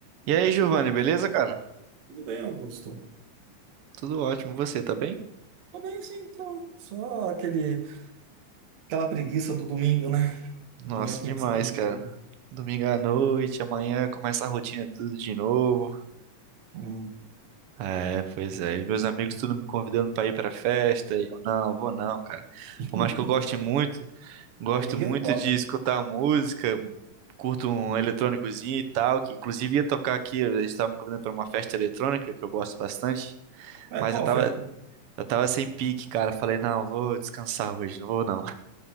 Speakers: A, on the right; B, on the right.
A: E aí, Giovanni, beleza, cara?
B: Tudo bem, Augusto?
A: Tudo ótimo, você tá bem?
B: Tô bem, sim, tô. Só aquele, aquela preguiça do domingo, né?
A: Nossa,
B: Amanhã começa
A: demais,
B: tudo de
A: cara.
B: novo.
A: Domingo à noite, amanhã começa a rotina tudo de novo.
B: Hum.
A: É, pois é. E meus amigos tudo me convidando pra ir pra festa. E eu, não, vou não, cara.
B: <laughs>
A: Por mais que eu goste muito, gosto
B: Domingo
A: muito
B: é foda.
A: de escutar música, curto um eletrônicozinho e tal, que inclusive ia tocar aqui, eles estavam me convidando pra uma festa eletrônica, que eu gosto bastante,
B: Ah,
A: mas
B: qual
A: eu tava,
B: festa?
A: eu tava sem pique, cara. Falei, não, vou descansar hoje, não vou não.